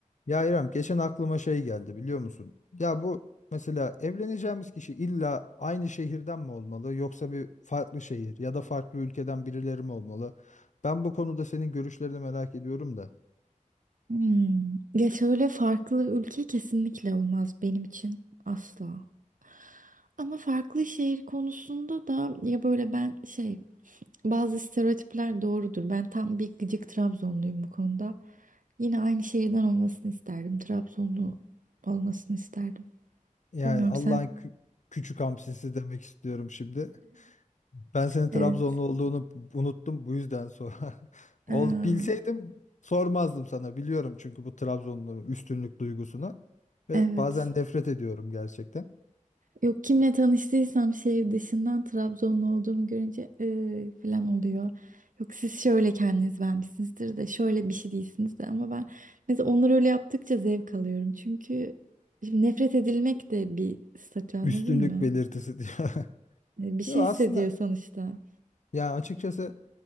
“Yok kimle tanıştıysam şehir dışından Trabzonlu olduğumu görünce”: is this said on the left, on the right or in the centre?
Right